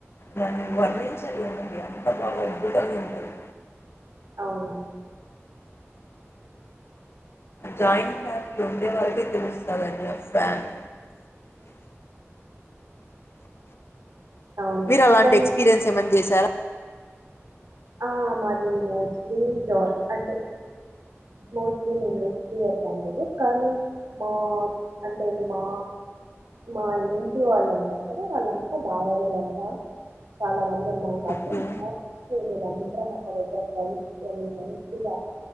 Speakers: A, on the left; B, on the right.
A: దాన్ని వార్ణించలేనిది అంత బాగ అద్భుతంగా ఉంటది
B: అవునా
A: జాయింట్ ఫ్యామిలీ ఉండేవాళ్లకే తెలుసదండీ ఆ ఫామ్
B: అవును
A: మీరు అలాంటి
B: కానీ
A: ఎక్స్పీరియన్స్ ఏమన్నా చేసారా
B: ఆ మాది మొస్ట్లీ జా అంటే మొస్ట్లీ నేన్ న్యూక్లియర్ ఫ్యామిలిని కానీ మా అంటే మా మా ఇంటి వాల్ అంటర్ కదా వాళ్ళంతా బావలే నంట చాలా మంది ఉనం కావటి
A: ఓకే
B: మోస్ట్ సి మేం అందరం ఒకదగ్గర కలుస్కొని మంచిగా